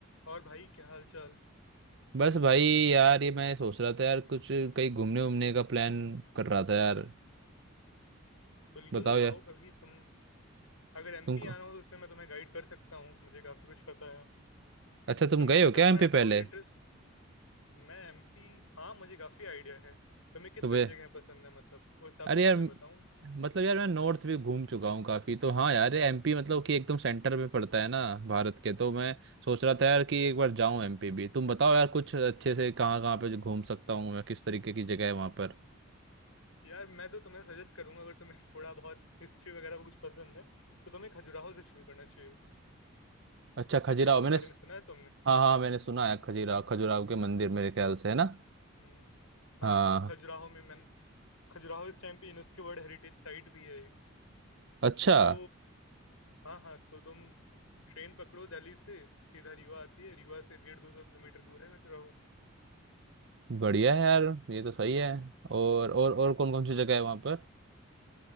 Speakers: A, on the left; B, on the right.
A: और भाई क्या हालचाल?
B: बस भाई यार ये मैं सोच रहा था यार कुछ कहीं घूमने उमने का प्लान कर रहा था यार
A: बिल्कुल
B: बताओ
A: लाओ
B: यार
A: कभी तुम अगर एमपी
B: तुम
A: आना हो तो उसमें मैं तुम्हें गाइड कर सकता हूँ मुझे काफी कुछ पता है
B: अच्छा तुम
A: तुम्हें
B: गए
A: मतलब
B: हो क्या
A: तुम्हारा
B: एमपी
A: ट्रैवल
B: पहले
A: इंटरेस्ट मैं एमपी हाँ मुझे काफी आइडिया है तुम्हें किस
B: सुबह
A: तरह की जगह पसंद है मतलब उस हिसाब
B: अरे
A: से मैं
B: यार
A: तुम्हें बताऊँ
B: मतलब यार मैं नॉर्थ भी घूम चुका हूँ काफी तो हाँ यार एमपी मतलब कि एकदम सेंटर में पड़ता है ना भारत के तो मैं सोच रहा था यार कि एक बार जाऊँ एमपी भी तुम बताओ यार कुछ अच्छे से कहाँ कहाँ पे जो घूम सकता हूँ मैं किस तरीके की जगह है वहाँ पर
A: यार मैं तो तुम्हें सजेस्ट करूंगा अगर तुम्हें <laughs> थोड़ा बहुत हिस्ट्री वगैरह को कुछ पसंद है तो तुम्हें खजुराहो से शुरू करना चाहिए
B: अच्छा खजुराहो
A: खजुराहो
B: मैंने
A: के बारे में सुना है तुमने
B: हाँ हाँ मैंने सुना है खजुराहो खजुराहो के मंदिर मेरे ख्याल से है ना
A: हम्म हाँ
B: हाँ
A: हाँ खजुराहो में मैंने खजुराहो इस टाइम पे यूनेस्को वर्ल्ड हेरिटेज साइट भी है एक।
B: अच्छा
A: तो हाँ हाँ तो तुम ट्रेन पकड़ो दिल्ली से सीधा रीवा आती है रीवा से डेढ़ दो सौ किलोमीटर दूर है खजुराहो
B: बढ़िया है यार ये तो सही है और और और कौन कौन सी
A: हम्म
B: जगह है वहाँ पर